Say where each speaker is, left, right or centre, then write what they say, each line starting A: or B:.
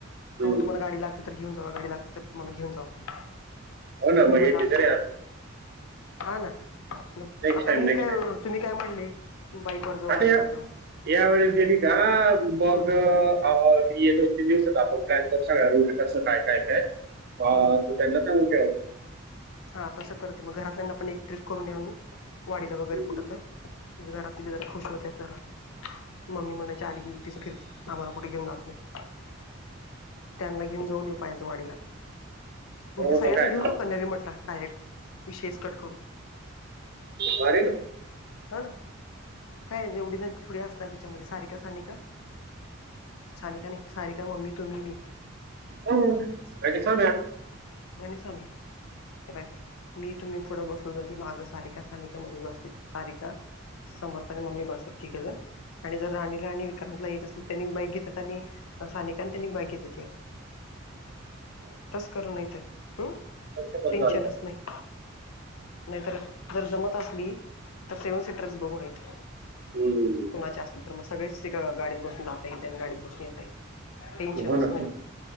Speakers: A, on the right; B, on the left.
A: हं.
B: अहो तुमला गाडी लागते तर घेन जा गा लागते तुम्हाला घेऊन जावा
A: हो ना
B: मी
A: म
B: म्हटलं
A: ऐति
B: आ-
A: जरिया
B: हा ना मग
A: नेक्स्ट
B: आता
A: टाइम
B: मी
A: नेक्स्ट
B: काय
A: टाइम
B: तुम्ही काय म्हणले बाईक वर जाऊ
A: आता
B: बाईक
A: या,
B: वर जाऊ
A: या वेळेस गेली का मग
B: हम्म
A: मी दोन, तीन दिवस येत आपण प्लॅन करू सगणार रोटसं काय, काय, काय त्यांना
B: हम्म
A: सांगून त्यांव
B: हा तसं करतते मग घरातल्याना पण एक ट्रीप करून देऊ वाडीला वगैरे
A: हम्म.
B: कुठ तर म्हणजे घरातली बी जरा खुश होते जरा मम्मी म्हणायची आली की एकटीच फिरती आम्हाला कुठं घेऊन जात नाही त्यांना घेऊन जाऊन येऊ पाहिल तो वाडीला
A: हो
B: नाई ते सगळ्यांना
A: मग काय
B: घेऊन जाऊया कणेरी मठला डायरेक्ट विषेच कट करू
A: मारीन
B: हा ना काय एवढी जण थोडी असणार त्याच्यामध्ये सारीका, सनिका सानिका नाही सारिका मम्मी तुम्ही मी
A: हो बा
B: आणि समी मी हे पायमी तुम्ही पुढं बसलो जरी माग सारीका, सनिका मध्ये बसतील सारिका, समर्थ आणि मम्मी बसल तिघ जण आणि जर राणीला आणि विक्रांतला याच असल तर त्यांनी बाईक घेतात आणि सानेिकांतनी बाईक घेतेती
A: ह
B: तस करू नाही तर हम्
A: तसं पण
B: टेन्शनच
A: चालतं
B: नाही नाहीतर जर जमत असली तर सेव्हन सीटरस बघून येत
A: हम्म.
B: कुणाचे असतील तर मग सगळेच गाडीत बसून जाताय आणि गाडीत बसून येता येईल टेन्शनच
A: हो ना
B: नाही